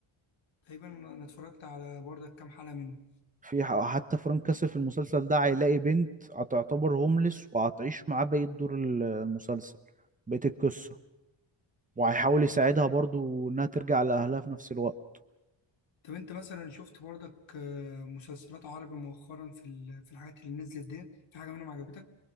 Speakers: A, on the left (about 70°); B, on the right (about 15°).
A: تقريبا أنا أنا اتفرجت على بردك كام حلقة منه
B: في ح- حتى فرانك كاسل في المسلسل ده هيلاقي بنت هتعتبر هوملس وهتعيش معاه بقية دور ال- المسلسل بقية القصة وهيحاول يساعدها برضو انها ترجع لأهلها في نفس الوقت
A: طب أنت مثلا شفت بردك آه، مسلسلات عربي مؤخرا في ال- في الحاجات اللي نزلت ديت في حاجة منهم عجبتك؟